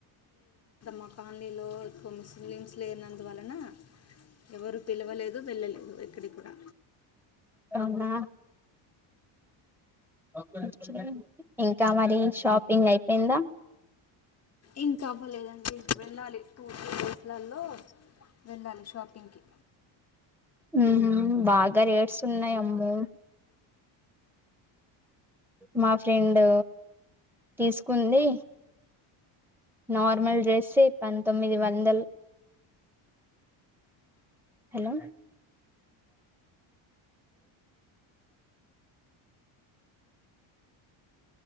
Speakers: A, on the left (about 30°); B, in the centre.
A: మకానీలో ఎక్కువ ముస్ ముస్లిమ్స్ లేనందువలన ఎవరు పిలవలేదు వెళ్ళలేదు ఎక్కడికి కూడా
B: అవునా అక్కనే. ఇంకా మరి షాపింగ్ అయిపోయిందా.
A: ఇంకా అవ్వలేదండి వెళ్ళాలి టూ త్రీ డేస్ లలో వెళ్ళాలి షాపింగ్కి.
B: ఉహ్మ్ బాగా రేట్స్ ఉన్నాయి అమ్మె మా ఫ్రెండ్ తీసుకుంది. నార్మల్ డ్రెసే పంతొమ్మిది వంద్ వందల్. హలో.